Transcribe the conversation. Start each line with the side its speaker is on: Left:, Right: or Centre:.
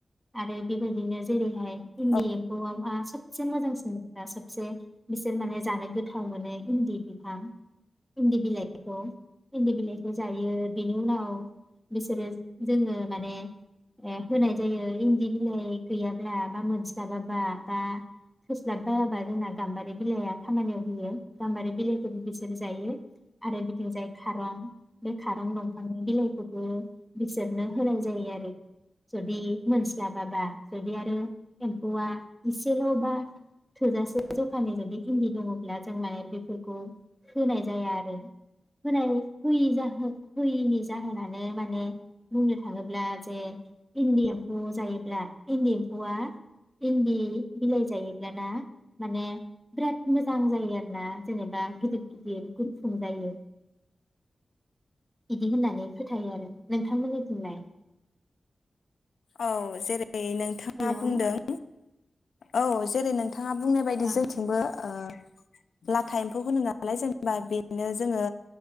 Centre: आरो बेबायदिनो जेरैहाय इन्दि
Left: औ
Centre: एम्फौआ सबसे मोजांसिना सबसे बिसोर माने जानो गोथाव मोनो इन्दि बिफां इन्दि बिलाइ एन्दि बिलाइखौ जायो बेनि उनाव बिसोरो जोङो माने ओ होनाय जायो इन्दि बिलाइ गैयाब्ला मा मोनस जाबाबा बा थोस्लाबबायाबा जोंना गाम्बारि बिलाइआ खामानियाव होयो गाम्बारि बिलाइखौबो बिसोर जायो आरो बिथिंजाय खारं बे खारं दंफांनि बिलाइखौबो बिसोरनो होनाय जायो आरो जुदि मोनस्लाबाबा जुदि आरो एम्फौआ एसेल' बा थोजासे जखानि जुदि इन्दि दङब्ला जों माने बेफोरखौ होनाय जाया आरो होनाययि जाहो होयिनि जाहोनानो माने बुंनो थाङोब्ला जे इन्दि एम्फौ जायोब्ला इन्दि एम्फौआ इन्दि बिलाइ जायोब्लाना माने बिराद मोजां जायो आरो ना जेनेबा गिदिर गिदिर गुफुं जायो इदि होननानै फोथायो आरो नोंथांमोननि थिंलाय
Left: औ जेरै रै नोंथाङा बुंदों
Centre: ओं
Left: औ जेरै नों बिथाङा बुंनाय बायदि
Centre: अ
Left: जोंथिंबो ओ लाथा एम्फौ होनो ना दालाय जेनेबा बेनो जोङो